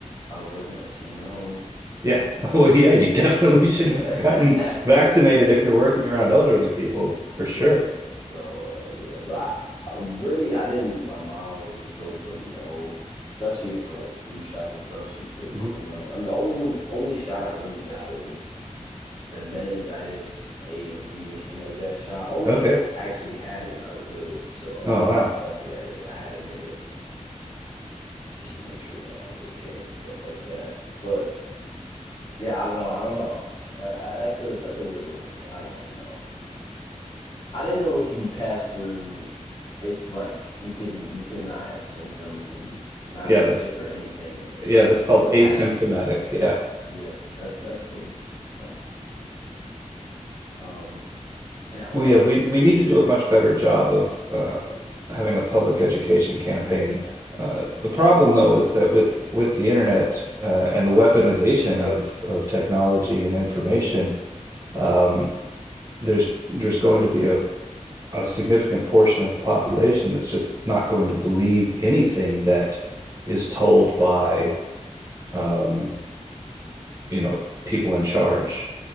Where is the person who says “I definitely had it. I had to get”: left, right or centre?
Left